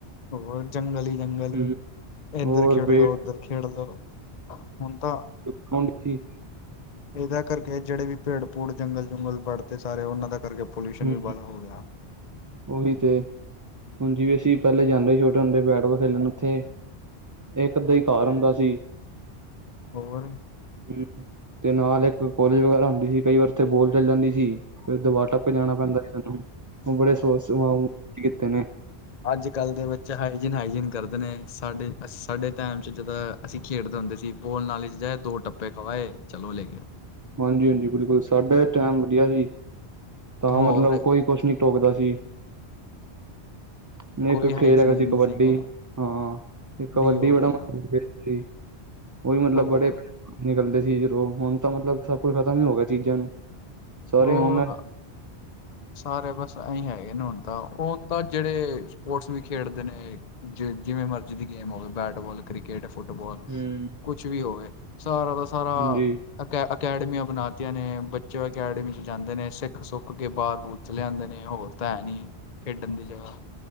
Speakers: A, on the left; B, on the right.
A: ਹੋਰ ਜੰਗਲ ਹੀ ਜੰਗਲ
B: ਹੂੰ
A: ਇੱਧਰ
B: ਹੋਰ
A: ਖੇਡਲੋ
B: ਪੇੜ
A: ਉੱਧਰ ਖੇਡਲੋ ਹੁਣ ਤਾਂ
B: ਕੋਣ ਸੀ
A: ਇਹਦਾ ਕਰਕੇ ਜਿਹੜੇ ਵੀ ਭੇੜ ਭੂੜ ਜੰਗਲ ਜੁੰਗਲ ਵਢਤੇ ਸਾਰੇ ਉਹਨਾਂ ਦਾ ਕਰਕੇ ਪੋਲਿਊਸ਼ਨ
B: ਹੂੰ
A: ਵੀ ਬੜਾ ਹੋ ਗਿਆ
B: ਉਹੀ ਤੇ ਹੁਣ ਜਿਵੇ ਅਸੀਂ ਪਹਿਲੇ ਜਾਂਦੇ ਛੋਟੇ ਹੁੰਦੇ ਬੈਟਬਾਲ ਖੇਲਣ ਉੱਥੇ ਇੱਕ ਅੱਧਾ ਹੀ ਕਾਰ ਹੁੰਦਾ ਸੀ
A: ਹੋਰ
B: ਹੂੰ ਤੇ ਨਾਲ ਏਕ ਕੋਲੇਜ ਵਗੈਰਾ ਹੁੰਦੀ ਸੀ, ਕਈ ਵਾਰ ਓਥੇ ਬੋਲ ਚੱਲ ਜਾਂਦੀ ਸੀ। ਫੇਰ, ਦਵਾਰ ਟੱੱਪ ਕੇ ਜਾਣਾ ਪੈਂਦਾ ਸੀ ਸਾਨੂੰ, ਓ ਬੜੇ <unintelligible> ਕੀਤੇ ਨੇ।
A: ਅੱਜ-ਕੱਲ੍ਹ ਦੇ ਬੱਚੇ ਹਾਈਜੀਨ-ਹਾਈਜੀਨ ਕਰਦੇ ਨੇ, ਸਾਡੇ, ਸਾਡੇ ਟੈਮ 'ਚ ਜਿੱਦਾਂ। ਅਸੀਂ ਖੇਡਦੇ ਹੁੰਦੇ ਸੀ, ਬੋਲ ਨਾਲੀ ਚ ਜਾਏ, ਦੋ ਟੱਪੇ ਖਵਾਏ ਚਲੋ ਲੈ ਕੇ।
B: ਹਾਂਜੀ-ਹਾਂਜੀ, ਬਿਲਕੁਲ ਸਾਡੇ ਟੈਮ ਵਧੀਆ ਸੀ, ਤਾਂ
A: ਹੋਰ
B: ਮਤਲਬ ਕੋਈ ਕੁਛ ਨੀ ਟੋਕਦਾ ਸੀ, ਨੀ
A: ਕੋਈ
B: ਏਕ
A: ਹਾਈਜੀਨ
B: ਖੇਲ ਹੈਗਾ ਸੀ
A: ਨਹੀਂ
B: ਕਬੱਡੀ
A: ਸੀਗਾ
B: ਹਾਂ। ਤੇ, ਕਬੱਡੀ
A: ਹੋ
B: ਬੜਾ
A: ਗਿਆ
B: <unintelligible> ਸੀ। ਔਈ, ਮਤਲਬ
A: ਹੋਰ
B: ਬੜੇ ਨਿਕਲਦੇ ਸੀ ਜਦੋਂ ਹੁਣ ਤਾਂ, ਮਤਲਬ ਸਭ ਕੁੱਝ ਖਤਮ ਹੀ ਹੋ ਗਿਆ ਚੀਜ਼ਾਂ ਨੂੰ। ਸਾਰੇ
A: ਹੋਰ
B: ਔਨਲਾਈਨ
A: ਸਾਰੇ ਬਸ ਐਹੀਂ ਹੈਗੇ ਨੇ ਹੁਨ ਤਾਂ, ਹੁਨ ਤਾਂ ਜੇੜੇ ਸਪੋਰਟਸ ਵੀ ਖੇਡਦੇ ਨੇ ਜੇ ਜਿਵੇਂ ਮਰਜ਼ੀ ਦੀ ਗੇਮ ਹੋਵੇ, ਬੈਟਬਾਲ, ਕ੍ਰਿਕਟ, ਫੁੱਟ ਫੁੱਟਬਾਲ
B: ਹੂੰ
A: ਕੁਛ ਵੀ ਹੋਵੇ, ਸਾਰਾ ਦਾ ਸਾਰਾ
B: ਹਾਂਜੀ
A: ਅਕ ਅਕੈਡਮੀਆਂ ਬਨਾਤੀਆਂ ਨੇ, ਬੱਚੇ ਅਕੈਡਮੀ 'ਚ ਜਾਂਦੇ ਨੇ, ਸਿੱਖ-ਸੁੱਖ ਕੇ ਬਾਰ ਬੁਰ ਚੱਲੇ ਜਾਂਦੇ ਨੇ, ਹੋਰ ਤਾਂ ਹੈ ਨੀ ਖੇਡਣ ਦੀ ਜਗ੍ਹਾ।